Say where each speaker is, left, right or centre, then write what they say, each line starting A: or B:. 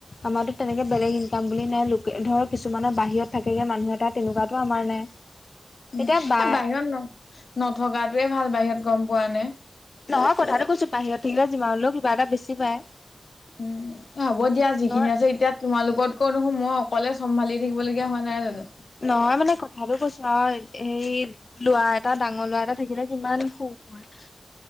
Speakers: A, on the left; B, on the left.
A: আমাৰতো তেনেকে বেলেগ কাম বুলি নাই। লোকে ধৰ, কিছুমানৰ বাহিৰত থাকেগে মানুহ এটা, তেনেকুৱাতো আমাৰ নাই।
B: উম।
A: এতিয়া
B: এ
A: বা
B: বাহিৰত ন-নথকাটোৱে ভাল বাহিৰত, গম পোৱা নে?
A: নহয় কথাটো কৈছো, বাহিৰত থাকিলে যিমান হ'লেও কিবা এটা বেছি পায়।
B: উম, হ'ব দিয়া, যিখিনি
A: ধৰ
B: আছে এতিয়া তোমালোকতকৈ দেখোন মই অকলে চম্ভালি থাকিবলগীয়া হোৱা নাই জানো?
A: নহয় মানে কথাটো কৈছো, হয়, হেৰি ল'ৰা এটা, ডাঙৰ ল'ৰা এটা থাকিলে কিমান সুখ হয়।